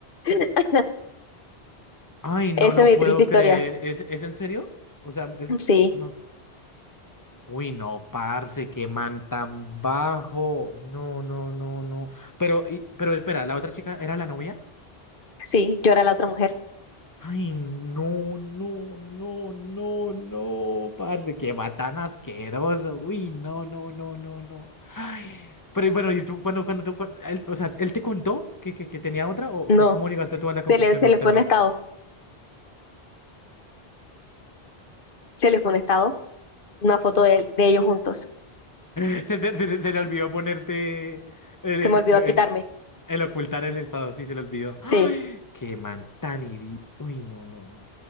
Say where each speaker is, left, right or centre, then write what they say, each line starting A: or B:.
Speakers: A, on the left; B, on the left.
A: <laughs>
B: ay, no
A: Esa
B: lo
A: es mi
B: puedo
A: triste historia.
B: creer. ¿Es, es en serio? O sea, es,
A: Sí,
B: no. Uy, no, parce, qué man tan bajo. No, no, no, no. Pero, y- pero espera, ¿la otra chica era la novia?
A: sí, yo era la otra mujer.
B: Ay, no, no, no, no, no, parce, que va tan asqueroso. Uy, no, no, no, no, no. Ay, pero bueno, y tú, cuando, cuando, tú- cuando- él- o sea, ¿él te contó que, que, que tenía otra o,
A: No,
B: o cómo llegaste tú a la conclusión?
A: se le, se
B: ¿O
A: le
B: te
A: fue
B: lo,
A: un estado, se le fue un estado, una foto de, de ellos juntos.
B: Se, te- se le se le olvidó ponerte el,
A: Se me olvidó
B: en-
A: quitarme.
B: el ocultar el estado, sí, se le olvidó. ¡Ay!
A: Sí.
B: Qué man tan idi- Uy, no, no, no.